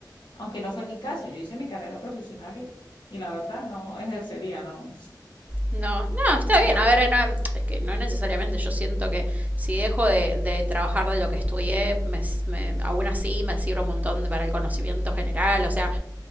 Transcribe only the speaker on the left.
aunque no fue mi caso, yo hice mi carrera profesional y, y la verdad no ejercería, no,
<laughs>
nada,